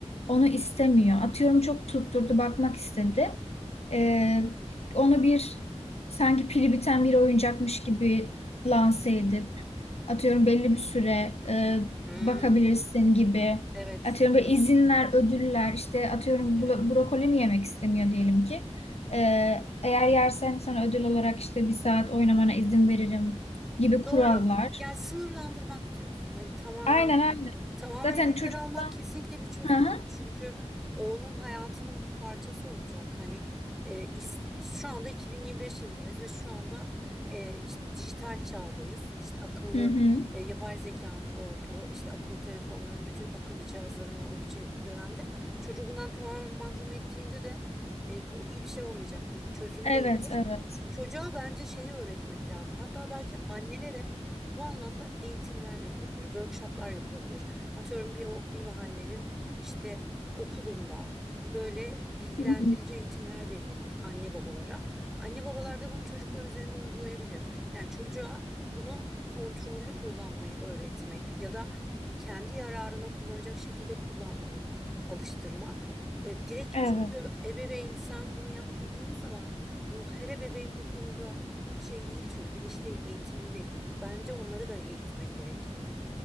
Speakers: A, on the left; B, in the centre.
A: onu istemiyor. Atıyorum çok tutturdu, bakmak istedi. Ee, onu bir sanki pili biten bir oyuncakmış gibi lanse edip atıyorum belli bir süre e,
B: Hmm,
A: bakabilirsin gibi
B: evet.
A: atıyorum böyle izinler, ödüller işte atıyorum
B: Evet.
A: bro- brokoli mi yemek istemiyor diyelim ki. Ee, eğer yersen sana ödül olarak işte bir saat oynamana izin veririm gibi kurallar.
B: Doğru. Yani sınırlandırmak diyorsun. Hani tamamen
A: Aynen aynen.
B: Tamamen
A: Zaten
B: elinden
A: çocuktan...
B: almak kesinlikle bir çözüm
A: Hı hı.
B: değil. Çünkü o onun hayatının bir parçası olacak. Hani e, iste- şu anda 2025 yılındayız ve şu anda e, işte dijital çağdayız. İşte akıllı
A: Hı hı.
B: e, yapay zekanın olduğu, işte akıllı telefonların, bütün akıllı cihazların olduğu bir çe- dönemde çocuğu bundan tamamen mahrum ettiğinde de e, bu iyi bir şey olmayacaktır. Bu çözüm
A: Evet,
B: değildir.
A: evet.
B: Çocuğa bence şeyi öğretmek lazım. Hatta belki annelere bu anlamda eğitimler verilebilir, workshoplar yapılabilir. Atıyorum bir, o- bir mahallenin işte okulunda böyle bilgilendirici
A: Hı hı.
B: eğitimler verilebilir anne babalara. Anne babalar da bunu çocuklar üzerinde uygulayabilir. Yani çocuğa bunu kontrollü kullanmayı öğretmek ya da kendi yararına kullanacak şekilde kullanmayı alıştırmak. E, direkt
A: Evet.
B: çünkü ebeveyn sen bunu yap dediğin zaman bu her ebeveyn bu konuda şey değil çünkü bilinçli değil, eğitimli değil. Bence onları da eğitmek gerek.